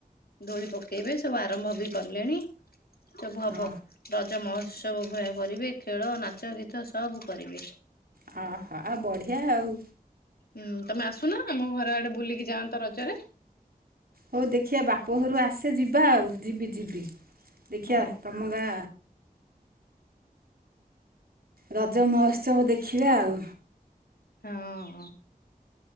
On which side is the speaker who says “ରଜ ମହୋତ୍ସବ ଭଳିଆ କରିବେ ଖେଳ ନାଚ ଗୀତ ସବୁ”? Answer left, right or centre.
Left